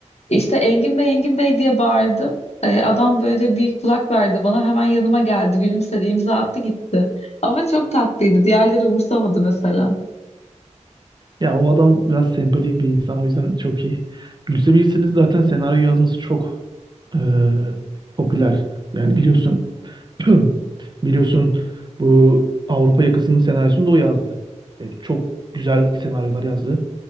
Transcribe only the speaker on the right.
Ya o adam biraz sempatik bir insan o yüzden çok iyi. Gülsebilirsiniz zaten senaryo yazması çok eee, popüler. Yani biliyorsun <clears throat> biliyorsun bu Avrupa Yakası'nın senaryosunu da o yazdı. ve çok güzel senaryolar yazdı.